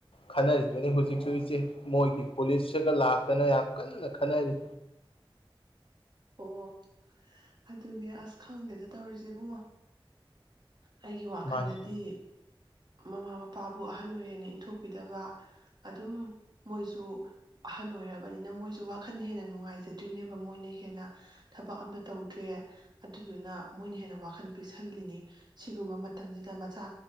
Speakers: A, on the left; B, on the right.
A: ꯈꯟꯅꯔꯤꯕꯅꯤ ꯍꯧꯖꯤꯛꯁꯨ ꯏꯆꯦ ꯃꯣꯏꯒꯤ ꯄꯨꯂꯤꯁꯁꯤꯒ ꯂꯥꯛꯇꯅ ꯌꯥꯝ ꯀꯟꯅ ꯈꯟꯅꯔꯤ꯫
B: ꯑꯣ ꯑꯗꯨꯅꯦ ꯑꯁ ꯈꯪꯗꯦꯗ ꯇꯧꯔꯤꯁꯦ ꯏꯕꯨꯡꯉꯣ꯫ ꯑꯩꯒꯤ ꯋꯥꯈꯜꯗꯗꯤ
A: ꯃꯥꯅꯤ
B: ꯃꯃꯥ - ꯃꯄꯥꯕꯨ ꯑꯍꯟ ꯑꯣꯏꯔꯦꯅ ꯏꯟꯊꯣꯛꯄꯤꯗꯕ ꯑꯗꯨꯝ ꯃꯣꯏꯁꯨ ꯑꯍꯟ ꯑꯣꯏꯔꯕꯅꯤꯅ ꯃꯣꯏꯁꯨ ꯋꯥꯈꯜꯅ ꯍꯦꯟꯅ ꯅꯨꯡꯉꯥꯏꯖꯗ꯭ꯣꯏꯅꯦꯕ ꯃꯣꯏꯅ ꯍꯦꯟꯅ꯫ ꯊꯕꯛ ꯑꯝꯇ ꯇꯧꯗ꯭ꯔꯦ ꯑꯗꯨꯗꯨꯅ ꯃꯣꯏꯅ ꯍꯦꯟꯅ ꯋꯥꯈꯜ ꯄꯤꯛꯁꯜꯂꯤꯅꯤ ꯁꯤꯒꯨꯝꯕ ꯃꯇꯝꯁꯤꯗ ꯃꯆꯥ